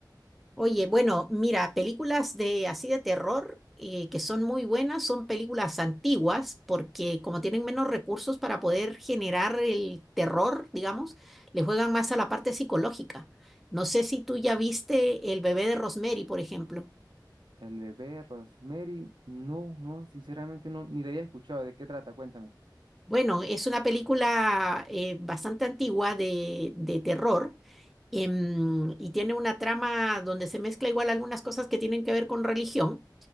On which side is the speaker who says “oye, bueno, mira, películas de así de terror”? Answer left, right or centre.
Centre